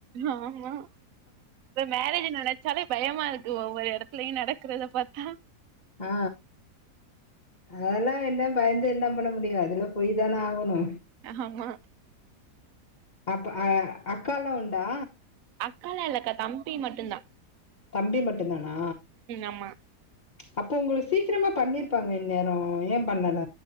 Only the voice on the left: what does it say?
ஆ அதெல்லா என்ன பயந்து என்ன பண்ண முடியு அதுல போய் தான ஆகணு
அப்ப அக்காலா உண்டா
தம்பி மட்டு தானா
அப்போ உங்குளுக்கு சீக்கிரமா பண்ணிருப்பாங்களே இன்நேரோ ஏ பண்ணல